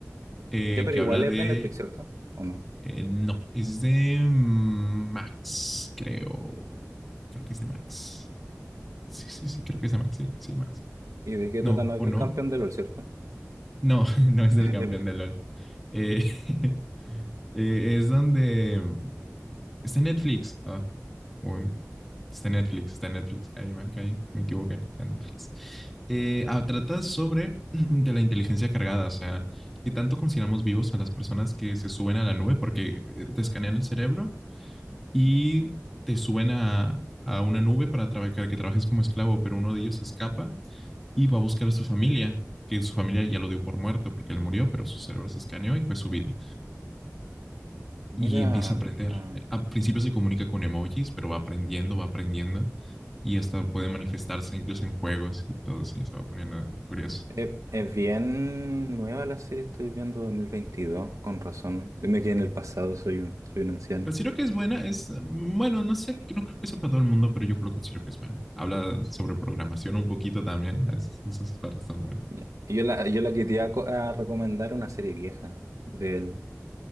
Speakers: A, in the centre; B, on the right.
A: eh,
B: Ya, pero
A: que
B: igual
A: habla de...
B: es de Netflix, ¿cierto? ¿O no?
A: eh, no, es de mm, Max, creo. Creo que es de Max. Sí, sí, sí, creo que es de Max, sí, sí, Max.
B: ¿Y de qué
A: No,
B: trata? No
A: ¿o
B: es del
A: no?
B: campeón de LOL, ¿cierto?
A: No, <laughs> no es del
B: <laughs>
A: campeón de LOL. Eh, <laughs> eh, es donde Está en Netflix. Ah, o en- está en Netflix, está en Netflix. Ahí, man, ahí, me equivoqué. Está en Netflix. Eh, ah, trata sobre <clears throat> de la inteligencia cargada, o sea, qué tanto consideramos vivos a las personas que se suben a la nube porque eh, te escanean el cerebro y te suben a, a una nube para traba- para que trabajes como esclavo, pero uno de ellos escapa y va a buscar a su familia, que su familia ya lo dio por muerto porque él murió, pero su cerebro se escaneó y fue subido
B: Mira,
A: y empieza a aprender.
B: ah,
A: Eh, Al principio se comunica con emojis, pero va aprendiendo, va aprendiendo y hasta puede manifestarse incluso en juegos y todo así, se va poniendo curioso.
B: es, es bien nueva la serie, estoy viendo 2022, con razón. Yo me quedé en el pasado, soy un, soy un anciano.
A: Considero que es buena, es, mm, bueno, no sé, no creo que sea para todo el mundo, pero yo lo considero que es buena. Habla sobre programación un poquito también, es, esas partes están buenas.
B: Ya. Y Yo la, yo la que te iba a, co- a recomendar una serie vieja del